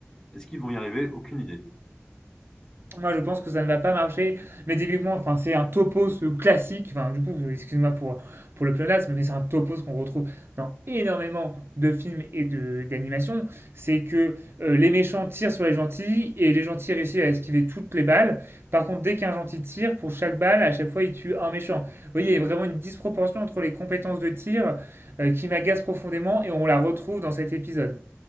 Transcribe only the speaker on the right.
Moi, je pense que ça ne va pas marcher. Mais typiquement, enfin, c'est un topos euh, classique. Enfin, du coup, excuse-moi pour, pour le pléonasme, mais c'est un topos qu'on retrouve dans énormément de films et de, d'animations. C'est que euh, les méchants tirent sur les gentils et les gentils réussissent à esquiver toutes les balles. Par contre, dès qu'un gentil tire, pour chaque balle, à chaque fois, il tue un méchant. Vous voyez, il y a vraiment une disproportion entre les compétences de tir euh, qui m'agace profondément et on la retrouve dans cet épisode.